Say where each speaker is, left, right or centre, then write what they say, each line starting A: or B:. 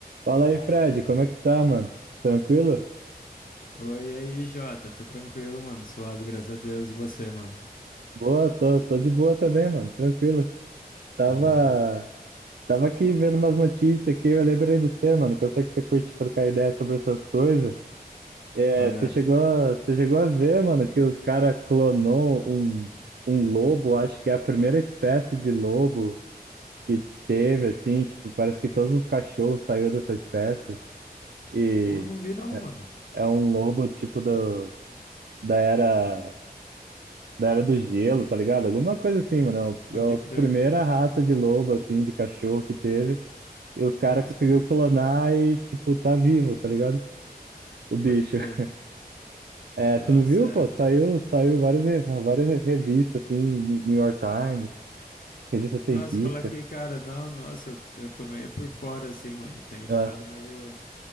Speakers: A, on the right; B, on the left.
A: Fala aí, Fred, como é que tá, mano? Tranquilo?
B: Oi, e aí, Jota. Tô tranquilo, mano. Suave, graças a Deus. E você, mano?
A: Boa, tô, tô de boa também, mano, tranquilo. Tava,
B: Da hora.
A: tava aqui vendo umas notícias aqui, eu lembrei do você, mano, que eu sei que você curte trocar ideia sobre essas coisas. É,
B: Qual
A: você
B: é?
A: chegou, você chegou a ver, mano, que os caras clonou um, um lobo, acho que é a primeira espécie de lobo que teve, assim, tipo, parece que todos os cachorros saiu dessa espécie e
B: Pô, não vi não, mano.
A: é um lobo, tipo, do, da era da Era do Gelo, tá ligado? Alguma coisa assim, mano. É
B: Pode
A: a
B: crer.
A: primeira raça de lobo, assim, de cachorro que teve. E os caras
B: Nossa,
A: conseguiu
B: que doideira.
A: clonar e, tipo, tá vivo, tá ligado? O bicho.
B: Pode crer.
A: <laughs> É,
B: Nossa,
A: você não viu,
B: é,
A: pô?
B: mano.
A: Saiu, saiu várias, re- várias re- revistas, assim, New York Times, revista científica.
B: Nossa, falar que, cara, não, nossa, eu, eu tô meio por fora, assim, mano. Tenho ficado
A: Ah,
B: meio,